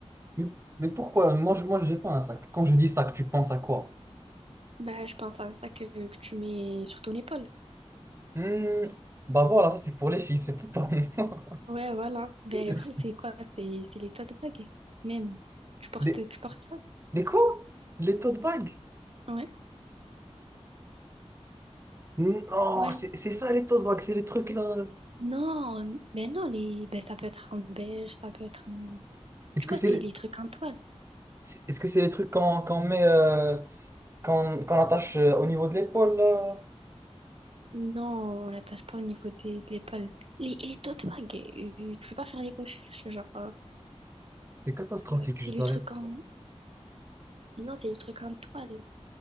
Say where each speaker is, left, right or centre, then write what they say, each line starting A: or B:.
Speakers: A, on the right; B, on the right.
A: Mais, mais pourquoi? Moi, je, moi, j'ai pas un sac. Quand je dis sac, tu penses à quoi?
B: Bah, je pense à un sac euh, que tu mets sur ton épaule.
A: Hmm, bah voilà, ça, c'est pour les filles, c'est pas pour moi.
B: Ouais, voilà.
A: <laughs>
B: Ben, vous, c'est quoi? C'est c'est les tote bags, même. Tu portes,
A: Les,
B: tu portes ça?
A: les quoi? Les tote bags?
B: Ouais.
A: Non,
B: Ouais.
A: c'est c'est ça, les tote bags, c'est les trucs, là.
B: Non, ben non, les... ben, ça peut être en beige, ça peut être en...
A: Est-ce
B: Tu
A: que
B: vois,
A: c'est
B: c'est
A: les,
B: les trucs en toile.
A: c'est- est-ce que c'est les trucs qu'on qu'on met... euh, qu'on qu'on attache euh, au niveau de l'épaule, là?
B: Non, on l'attache pas au niveau des- de l'épaule. Les, les tote bags, euh, tu peux pas faire les coquilles, genre, euh,
A: C'est catastrophique,
B: euh, c'est
A: je savais.
B: le truc en... Non, c'est le truc en toile,